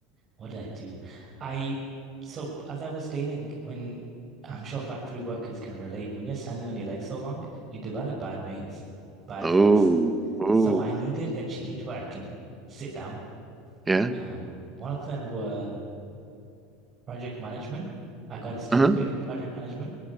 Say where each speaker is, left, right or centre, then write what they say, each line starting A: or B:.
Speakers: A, on the right; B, on the right.
A: what did I do? I so as I was stating, when I'm sure factory workers can relate, when you're standing on your legs so long, you develop bad veins, bad
B: Oh,
A: legs.
B: oh,
A: So I needed a change where I can sit down.
B: yeah.
A: Um, one of them were project management. I got a certificate
B: Uh-huh.
A: in project management.